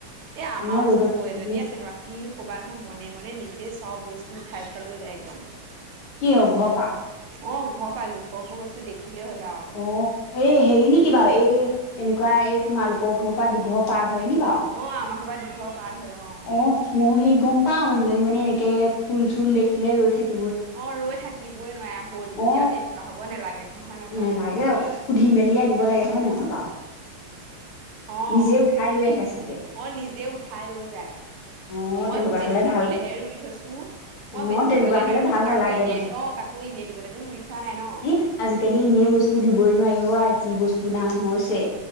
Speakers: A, on the right; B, on the left.
A: এ আমাৰ
B: ইমান
A: ওচৰ
B: ৰ'দত
A: বৈ
B: থাকিবই
A: এজনী আছে। তোমাক কিনো ক'বা নহয় মনে মনে নিজে চব বস্তু উঠাই ঠাই লৈ যায় একদম।
B: কি হ ঘৰ পা?
A: অ', ঘৰ পা লোকৰ ঘৰ বস্তু দেখিলে হ'লা আৰু
B: অ এই হেৰি নেকি বাৰু এই এনেকুৱা এই তোমালোকৰ ঘৰৰ পৰা দুঘৰ পাৰ হয় নি বাৰু।
A: অ', আমাৰ ঘৰব পৰা দুঘৰ পাৰ হয় অ', অ'।
B: অ', ময়ো সেই গম পাও মানুহজনী মানে এনেকে ফুল চুল দেখিলে ৰৈ থাকি
A: অ', ৰৈ থাকিবই নোৱাৰে হ'ল বুলি
B: অ
A: আৰু তেনেকুৱা হ'ব নালাগে নহয় ন। হয় কোৱাচোন
B: নেলাগে অ' সুধি মেলিয়ে আনিব লাগে হয় নহয় বাৰু।
A: অ',
B: নিজে উঠাই লৈ আহে চাগে
A: অ' নিজে উঠাই লৈ যায়।
B: অ
A: মই
B: তেনেকুৱা
A: এইবোৰ বেচিবলেহে
B: হলে ভাল
A: ৰুই থৈছো। মই
B: অ
A: বেচিবলেহে
B: তেনেকুৱা হলে
A: ৰুই
B: ভাল
A: থৈছো।
B: নালাগে
A: কাকো এনে তো কাক মোৰ এনেই দিবলৈতো ৰুই থোৱা নাই ন।
B: এ আজিকালি এনেই বস্তু দিবই নোৱাৰি অ' আই যি বস্তুৰ দাম হৈছে।